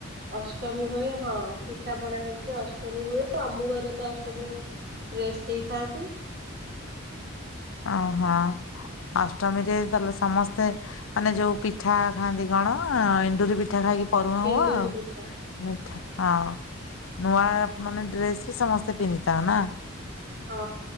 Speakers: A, on the right; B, on the left.
A: ଅଷ୍ଟମୀ ହୁଏ ହଁ ପିଠାପଣା ହେଇକି ଅଷ୍ଟମୀ ହୁଏ । ମାମୁ ଘରେ ତ ଅଷ୍ଟମୀ ଡ୍ରେସ ଦେଇଥାନ୍ତି।
B: ଓହୋ ଅଷ୍ଟମୀରେ ତାହେଲେ ସମସ୍ତେ ମାନେ ଯୋଉ ପିଠା ଖାଆନ୍ତି କଣ ଏଣ୍ଡୁରି ପିଠା ଖାଇକି ପରୁହାଁ ହଉ
A: ଏଣ୍ଡୁରି
B: ଆଉ
A: ପିଠା
B: ମିଠା ହଁ ନୂଆ ମାନେ ଡ୍ରେସ ବି ସମସ୍ତେ ପିନ୍ଧିଥାଅ ନା
A: ହଁ।